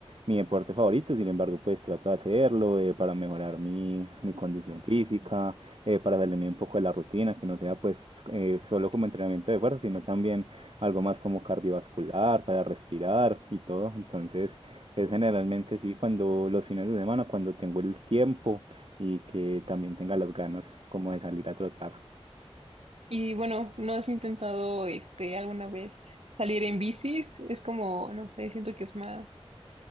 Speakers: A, on the right (about 60°); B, on the right (about 75°).
A: mi deporte favorito, sin embargo, pues trato de hacerlo eh, para mejorar mi, mi condición física, eh, para salirme un poco de la rutina, que no sea pues eh, solo como entrenamiento de fuerza, sino también algo más como cardiovascular, para respirar y todo. Entonces, es generalmente sí cuando los fines de semana, cuando tengo el tiempo y que también tenga las ganas como de salir a trotar.
B: Y bueno, ¿no has intentado este alguna vez salir en bicis? Es como, no sé, siento que es más,